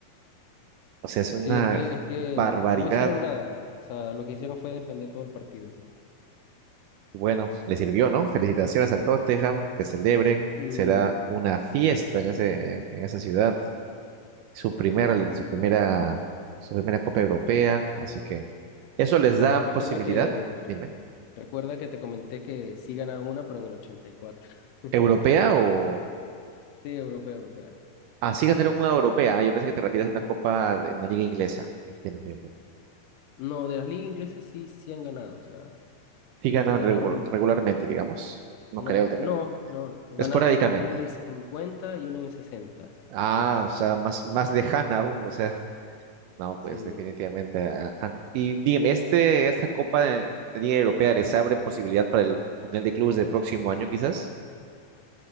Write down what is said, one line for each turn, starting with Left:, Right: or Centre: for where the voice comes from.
Right: o sea, es una
Left: sí, es que, es que
Right: barbaridad.
Left: no hicieron nada. O sea, lo que hicieron fue defender todo el partido.
Right: Bueno, le sirvió, ¿no? Felicitaciones al Tottenham, que celebren,
Left: Mm.
Right: será una fiesta en ese, en en esa ciudad su primera,
Left: Mm.
Right: su primera, su primera Copa Europea, así que eso les
Left: No,
Right: da
Left: no, recuerda
Right: posibilidad,
Left: que,
Right: dime,
Left: recuerda que te comenté que sí ganaron una, pero en el ochenta y cuatro <laughs>
Right: ¿europea o
Left: Sí, europea, europea.
Right: así ganaron una europea? Ah, Yo pensé que te refieres a una Copa de una liga inglesa. Bien, bien,
Left: No, de las ligas inglesas sí, sí han ganado. O sea,
Right: Sí
Left: vi
Right: ganan
Left: que ganaron,
Right: regu- regularmente, digamos. No
Left: no,
Right: creo que
Left: no, no, ganaron
Right: esporádicamente.
Left: dos, una en el 50 y una en el sesenta
Right: Ah, o sea, más, más lejana aún, o sea, no, pues
Left: Sí,
Right: definitivamente. ah, ah. Y dime, este, esta Copa de Liga Europea les abre posibilidad para el Mundial de Clubes del próximo año, quizás?